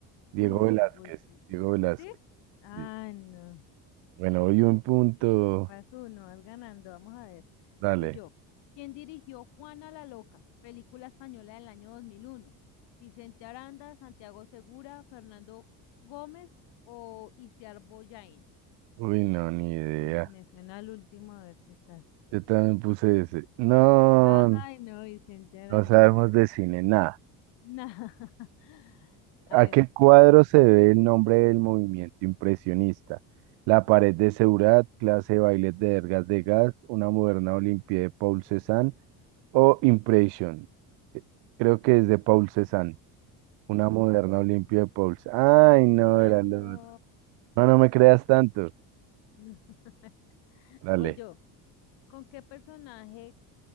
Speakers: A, on the right (about 75°); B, on the left (about 75°).
A: Diego
B: Uy,
A: Velázquez,
B: no voy. por-
A: Diego Velázquez.
B: ¿Sí? Ah,
A: sí.
B: no.
A: Bueno, hoy un punto.
B: Vas uno, vas ganando. Vamos a ver.
A: Dale.
B: Pues yo. ¿Quién dirigió Juana la Loca? Película española del año 2001, Vicente Aranda, Santiago Segura, Fernando Gómez o Isiar Boyain.
A: Uy, no, ni idea.
B: Uy, me suena al último, a ver qué tal.
A: Yo también puse ese. No,
B: Ay, no, Vicente Aranda.
A: no sabemos de cine, nada.
B: Nah. <laughs> A
A: ¿A
B: ver.
A: qué cuadro se debe el nombre del movimiento impresionista? La pared de Seurat, clase de bailes de Ergas de Gas, una moderna Olimpia de Paul Cézanne. o Impression. Eh, Creo que es de Paul Cézanne, una
B: Sí, yo
A: moderna
B: también.
A: Olimpia de Paul. Cé- Ay, no,
B: Ay,
A: era
B: no.
A: lo otro. No, no me creas tanto.
B: <laughs>
A: Dale,
B: Voy yo. ¿Con qué personaje